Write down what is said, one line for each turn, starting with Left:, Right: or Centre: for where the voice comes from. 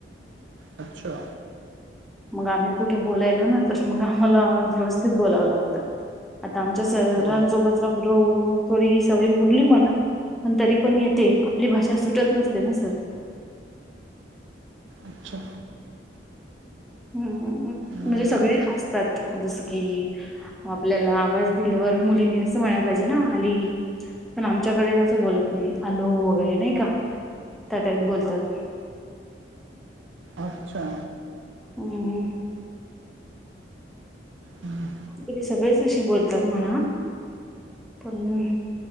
Right: अच्छा.
Centre: मग आम्ही कुठे बोलायलो ना तरस मग आम्हाला व्यवस्थित बोलावं लागतं. आता आमच्या सरांसोबत
Right: बरोबर
Centre: रा थोडी सवय मोडली म्हणा. पण तरी पण येते आपली भाषा सुटत नसते ना सर.
Right: अच्छा.
Centre: हम्म
Right: नाही
Centre: म्हणजे सगळे हसतात जसं की. आपल्याला आवाज दिल्यावर मुलीनी असं म्हणायला पाहिजे ना आली. पण आमच्याकडे तसं बोलत नाही आलोह वगैरे नाही का त्या टई बोलतात.
Right: अच्छा.
Centre: हम्.
Right: हं.
Centre: त ते सगळेच अे बोलतात म्हणा पण?